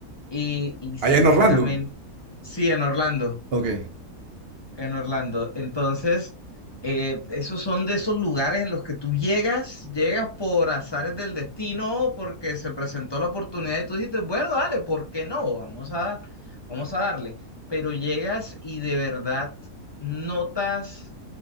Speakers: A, on the left; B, on the right.
A: Y, y sinceramente,
B: Allá en Orlando.
A: sí, en Orlando,
B: Ok.
A: en Orlando. Entonces, eh, esos son de esos lugares en los que tú llegas, llegas por azares del destino, porque se presentó la oportunidad y tú dijiste, bueno, dale, ¿por qué no? Vamos a, vamos a darle. Pero llegas y de verdad notas